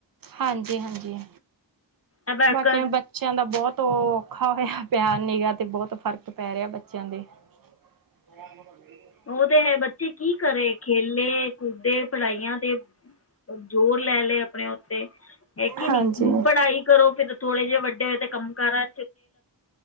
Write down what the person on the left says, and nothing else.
ਅਬੈਕਸ
ਓ ਤੇ ਹੈ ਬੱਚੇ ਕੀ ਕਰੇ ਖੇਲੇ ਕੂਦੇੇ ਪੜ੍ਹਾਈਆਂ ਤੇ ਜ਼ੋਰ ਲੈਲੇ ਆਪਣੇ-ਆਪ ਤੇ ਹੈ ਕੇ
ਨੀ ਹੁਣ ਪੜ੍ਹਾਈ ਕਰੋ ਫਤੇ ਥੋੜੇ ਜਿਹੇ ਵੱਡੇ ਹੋਏ ਕੰਮਕਾਰ ਆ